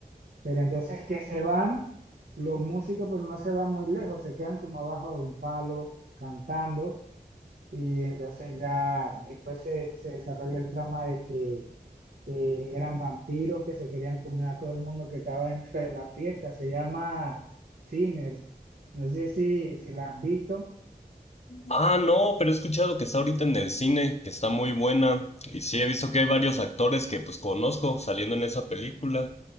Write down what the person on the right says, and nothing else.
Pero entonces que se van los músicos, pero no se van muy lejos, se quedan como abajo de un palo cantando y entonces ya después se, se desarrolla el trama de que eh, eran vampiros que se querían comer a todo el mundo que estaba dentro de la fiesta. Se llama Sinners. No sé si, si la has visto.